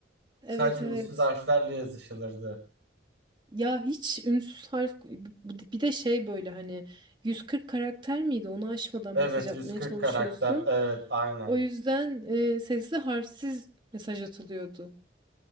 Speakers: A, on the right; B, on the right.
A: Evet
B: sadece ünsüz
A: evet.
B: harflerle yazışılırdı.
A: Ya hiç ünsüz harf bir de şey böyle hani 140 karakter miydi? Onu aşmadan
B: Evet
A: mesaj atmaya
B: 140
A: çalışıyorsun.
B: karakter evet aynen.
A: O yüzden e, sesli harfsiz mesaj atılıyordu.